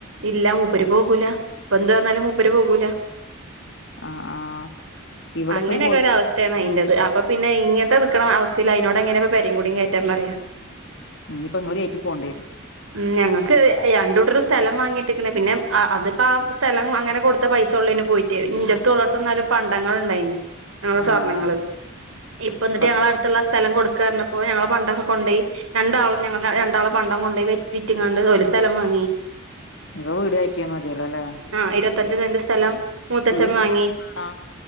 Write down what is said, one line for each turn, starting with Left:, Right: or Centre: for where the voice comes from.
Right: ഇല്ല മൂപ്പര് പോകൂല ഇപ്പ എന്ത് പറന്നാലും മൂപ്പര് പോകൂല.
Left: ആഹ് ആഹ് ഇവിടെ
Right: അങ്ങനെയൊക്കെ
Left: പോയി
Right: ഒര അവസ്ഥ യ
Left: ബോധി
Right: അതിറ അപ്പ പിന്നെങ്ങനത്തെ നിക്കണ അവസ്ഥയി അതിനോട് എങ്ങനെ പെരുംങ്കടും കയറ്റാൻ പറയാം!
Left: ഇനി ഇപ്പ നിങ്ങള് കയറ്റി പോവേണ്ടി വരും.
Right: ഉ ഞങ്ങൾക്ക് ഇത് രണ്ടൂട്ടരും സ്ഥലം വാങ്ങിട്ട്ക്ക്ണ് പിന്നെ അ അതിപ്പ ആ സ്ഥലം അങ്ങനെ കൊടുത്ത പൈസ ഉള്ളയിനു പോയിട്ട് ഇന്റെട്ത്തു ഓളട്ത്തു എന്നാലും പണ്ടങ്ങൾ ണ്ടായിനു ഞങ്ങളെ
Left: ആഹ്
Right: സ്വർണങ്ങള് ഇപ്പ എന്നിട്ട്
Left: ആഹ്
Right: ഞങ്ങളെടുത്തുള്ള സ്ഥലം കൊടുക്കാപറഞ്ഞപ്പോ ഞങ്ങളെ പണ്ടക്കെ കൊണ്ടോയി രണ്ടാളും ഞങ്ങള രണ്ടാളും പണ്ട കൊണ്ട പോയി വിറ്റിങ്ങാണ്ട് ഒരു സ്ഥലം വാങ്ങി.
Left: ഇപ്പ വീട് കയറ്റിയൽ മതിയല്ലോ അല്ലേ
Right: ആ ഇരുപത്തഞ്ഞു സെന്റ് സ്ഥലം മൂത്തച്ഛം
Left: വീട്
Right: വാങ്ങി.
Left: ആ